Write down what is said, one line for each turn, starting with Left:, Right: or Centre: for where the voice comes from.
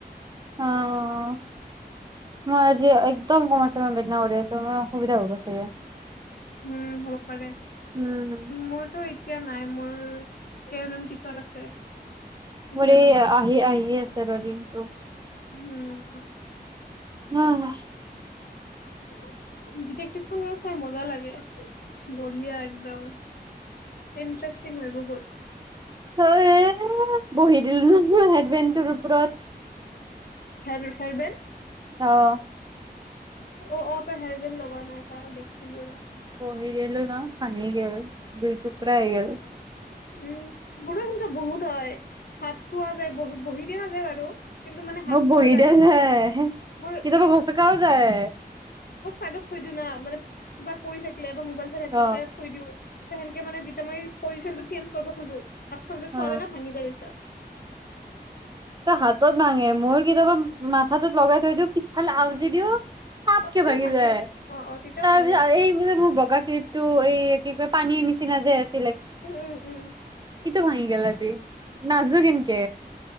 Right: অহ মই আজি একদম কচ অহ বেগনা উৰাইছে মৰ অসুবিধা হ'ব চাগে।
Left: উম হ'ব পাৰে,
Right: উম
Left: মোৰতো এতিয়া নাই মোৰ কেইদিন পিছত আছে। এতিয়া
Right: মোৰ এই
Left: নহয়
Right: এই আহি আহি আছে <unintelligible> ‌ দিনটো
Left: <unintelligible>
Right: <unintelligible>
Left: <unintelligible> ডিটেকটিভ খন চাই মজা লাগে। বঢ়িয়া একদম। ইন্টাৰেষ্টিং হয় বহুত।
Right: হয় বহি দিলো ন মই হেজবেণ্ডৰ ওপৰত।
Left: হেৰ হেৰবেণ্ড।
Right: অহ
Left: অ অ তই হেৰবেণ্ড লগোৱা নাই <unintelligible> ৰ
Right: বহি দিলো ন ভাঙি গেল। দুই টুকুৰা আহ হৈ গেল
Left: উম মোৰো সেনেকুৱা বহুত হয়, হাত থোৱা যায় বহ বহি দিয়া নাযায় বাৰু। কিন্তু মানে
Right: মই
Left: হাত থোৱা
Right: বহি দিয়া যায়, হ
Left: মোৰ
Right: কেতিয়াবা গচকাও যায়।
Left: মই চাইডত থৈ দিও না মানে কিবা কৰি থাকো নাইবা মোবাইল চাই থাকিলে
Right: অ
Left: চাইত থৈ দিওঁ হে হেনকে মানে যেতিয়া মই পজিশ্যন টো চেঞ্চ কৰিব খোজো। হাত খন যে
Right: অ
Left: চোৱা যায় ন ভাঙি যায় পিছত
Right: তই হাতত ভাঙে মোৰ কেতিয়াবা মাথাটোত লগাই থৈ দিও পিছফালে আউজি দিও। থাপকে
Left: অ তেতিয়াও
Right: ভাাগি
Left: ভাঙে
Right: যায়,
Left: অ অ তেতিয়াও
Right: তাৰ
Left: ভাঙে
Right: পিছত এই যে মোৰ বগা কিপটো এই কি কয় পানীৰ নিচিনা যে আছে
Left: উম উম উম
Right: ইটো ভাঙি গেল আজি নাচো কিনকে